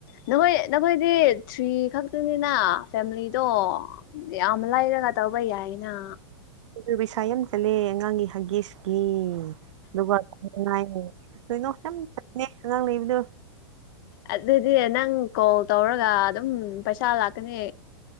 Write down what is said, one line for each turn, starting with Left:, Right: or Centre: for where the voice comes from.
Left: ꯅꯈꯣꯏ ꯅꯈꯣꯏꯗꯤ ꯊ꯭ꯔꯤ ꯈꯛꯇꯅꯤꯅ ꯐꯦꯃꯤꯂꯤꯗꯣ ꯌꯥꯝ ꯂꯔꯒ ꯇꯕꯥ ꯌꯥꯏꯅ
Right: ꯎ ꯄꯩꯁꯥ ꯌꯥꯝ ꯆꯠꯂꯦ ꯑꯉꯥꯡꯒꯤ ꯍꯥꯒꯤꯁꯀꯤ ꯑꯗꯨꯒꯅꯨꯡꯉ ꯀꯩꯅꯣ ꯌꯥꯝ ꯆꯪꯉ ꯑꯉꯥꯡ ꯂꯩꯕꯗꯣ
Left: ꯑꯗꯨꯗꯤ ꯅꯪ ꯀꯣꯜ ꯇꯧꯔꯒ ꯑꯗꯨꯝ ꯄꯩꯁꯥ ꯂꯥꯛꯀꯅꯤ